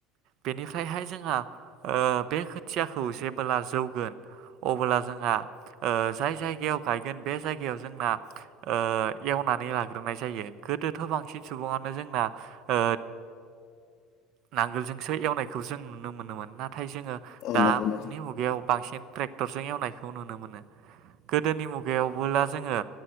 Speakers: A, on the right (about 60°); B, on the left (about 50°).
A: बेनिफ्रायहाय जोंहा ओ बे खोथियाखौ जेबोला जौ गोन अबोला जोंहा ओ जाय जायगायाव गायगोन बे जायगायाव जोंना ओ एवनानै लाग्रोनाय जायो। गोदोथ' बांसिन सुबुङानो जोंना ओ नांगोलजोंसो एवनायखौ जों नुनो मोनोमोन। नाथ थाय जोङो
B: औ
A: दानि
B: नंगौ नोंथां
A: मुगायाव बांसिन ट्रेक्टरजों एवनायखौ नुनो मोनो। गोदोनि मुगायावबोला जोङो